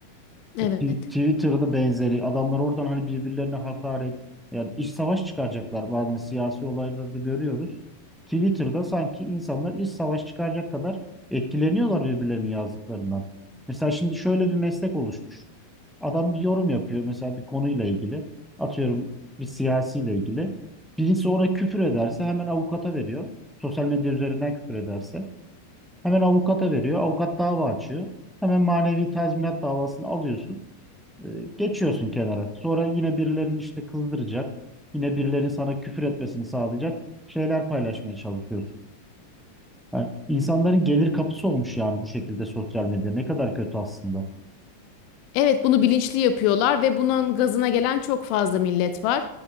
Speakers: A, on the left; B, in the centre.
A: Evet.
B: Ya Tw- Twitter'da benzeri adamlar oradan hani birbirlerine hakaret yani iç savaş çıkaracaklar bazen siyasi olaylarda da görüyoruz. Twitter'da sanki insanlar iç savaş çıkaracak kadar etkileniyorlar birbirlerinin yazdıklarından. Mesela şimdi şöyle bir meslek oluşmuş. Adam bir yorum yapıyor mesela bir konuyla ilgili. Atıyorum bir siyasiyle ilgili. Birisi ona küfür ederse hemen avukata veriyor. Sosyal medya üzerinden küfür ederse hemen avukata veriyor. Avukat dava açıyor. Hemen manevi tazminat davasını alıyorsun. E, geçiyorsun kenara. Sonra yine birilerinin işte kızdıracak, yine birilerinin sana küfür etmesini sağlayacak şeyler paylaşmaya çalışıyorsun. Yani insanların gelir kapısı olmuş yani bu şekilde sosyal medya. Ne kadar kötü aslında.
A: Evet bunu bilinçli yapıyorlar ve bunun gazına gelen çok fazla millet var.